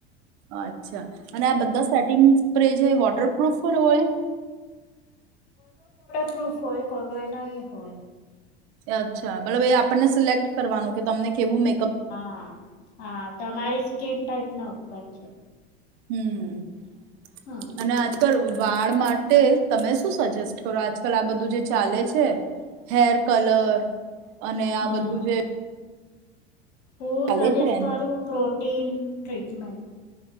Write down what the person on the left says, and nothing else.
પ્રૂફ હોય કોય કોય નહીં હોય
હા હા તમારી સ્કીન ટાઈપ ના ઉપર છે
હમ
હમ
હું
સજેસ્ટ
કરું પ્રોટીન ટ્રીટમેન્ટ